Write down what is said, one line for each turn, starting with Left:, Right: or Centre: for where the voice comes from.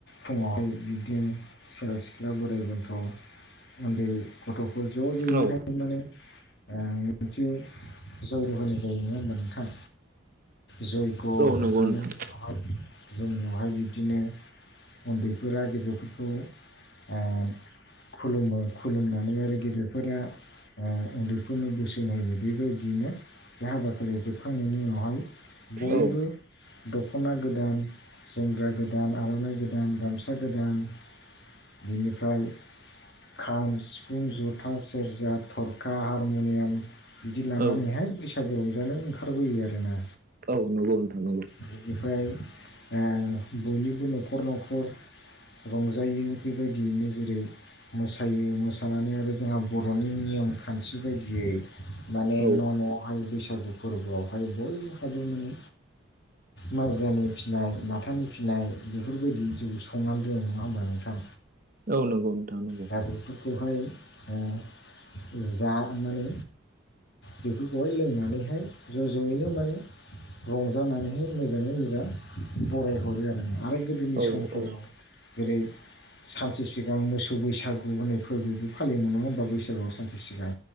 Left: फुङावहाय बिदिनो सेंग्रा सिख्ला बोराइ बोनथ' उन्दै गथ'फोर ज' ज'यैहाय
Right: औ
Left: माने आ मोनसे जयग होनाय जायो नङा होमबा नोंथां जयग'
Right: औ
Left: होखायनायनि
Right: नंगौ नोंथां
Left: उनावहाय जोंनावहाय बिदिनो उन्दैफोरा गेदेरफोरखौ आ खुलुमो खुलुमनानै आरो गेदेरफोरा ओ उन्दैफोरनो बोसोन होयो बेबायदिनो बे हाबाफारिया जोबखांनायनि उनावहाय बयबो
Right: औ
Left: दख'ना गोदान जोमग्रा गोदान आर'नाइ गोदान गामसा गोदान बिनिफ्राय खाम सिफुं जथा सेरजा थरखा हारमुनियाम बिदि लानानैहाय
Right: औ
Left: बैसागु रंजानो ओंखारबोयो आरोना
Right: औ नंगौ नोंथां नंगौ
Left: बेनिफ्राय आ बयनिबो नखर नखर रंजायो बेबायदियैनो जेरै मोसायो मोसानानै आरो जोंहा बर'नि नियम खान्थि बायदियै माने
Right: औ
Left: न' न'वावहाय बैसागु फोरबोआवहाय बयहाबो माने
Right: <inaudible>
Left: माइब्रानि फिसिनाय माथानि फिसिनाय बेफोरबायदि जौ संनानै दोनो नङा होमबा नोंथां
Right: औ नंगौ नोंथां नंगौ
Left: दा बेफोरखौहाय ओ जा माने बेफोरखौहाय लोंनानैहाय ज' ज'यैनो माने रंजानानैहाय मोजाङै मोजां बरायहरो आरो आरो गो दोनि
Right: औ
Left: समफोराव
Right: औ
Left: जेरै सानसे सिगां मोसौ बैसागु होननाय फोरबोबो फालियोमोन नङा होमबा बैसागुआव सानसे सिगां